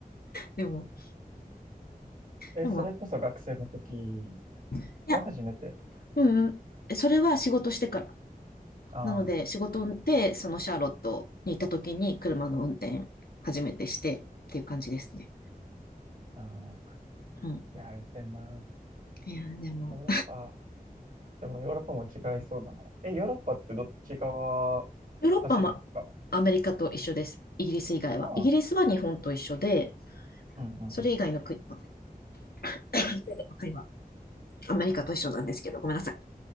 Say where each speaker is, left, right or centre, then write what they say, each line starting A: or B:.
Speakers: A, on the left; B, on the right.
A: でも、
B: え、
A: でも、
B: それこそ学生の時
A: いや、
B: が初めて。
A: うんうん。それは仕事してから。
B: あ
A: なので、仕事で、そのシャーロットに行った時に車の運転初めてしてっていう感じですね。
B: あ、ああ、
A: うん。
B: いやあれてな。
A: いや、でも、
B: ヨーロッパ、でもヨーロッパも違いそうだな。え、ヨーロッパってどっち側
A: <laughs> ヨーロッパもアメリカと一緒です。
B: 走るんですか
A: イギリス以外は。
B: ああ、
A: イギリスは日本と一緒で、
B: うんうんうん。
A: それ以外の国、<coughs> それ以外 <coughs> の国はアメリカと一緒なんですけど、ごめんなさい。